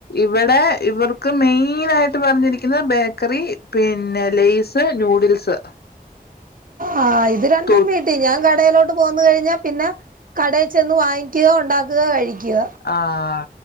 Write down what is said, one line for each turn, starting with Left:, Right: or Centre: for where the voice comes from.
Left: ഇവിടെ ഇവർക്ക് മെയിന ആയിട്ട് പറഞ്ഞിരിക്കുന്നത് ബേക്കറി പിന്നെ ലെയ്സ് ന്യൂഡിൽസ്
Right: ആഹ് ഇത് രണ്ടും
Left: തൊ
Right: പി ഞാൻ കടയിലോട്ട് പോകന്ന കഴിഞ്ഞാൽ പിന്നെ കടയിൽ ചെന്ന് വാങ്ങിക്കുക ഉണ്ടാക്കുക കഴിക്കുക
Left: ആഹ്